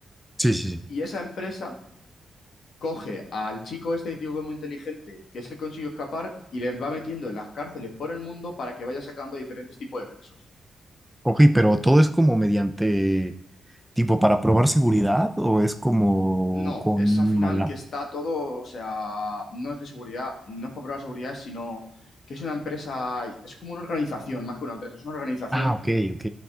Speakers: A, in the centre; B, on the left.
A: Sí, sí, sí.
B: Y esa empresa coge al chico este que te digo que es muy inteligente, que es el que consiguió escapar, y le va metiendo en las cárceles por el mundo para que vaya sacando a diferentes tipos de presos.
A: Ok, pero todo es como mediante, tipo, para probar seguridad o es como
B: No,
A: con
B: es al final
A: mala.
B: que está todo, o sea, no es de seguridad, no es para probar seguridad, sino que es una empresa, es como una organización, más que una empresa, es una organización
A: Ah, ok, ok.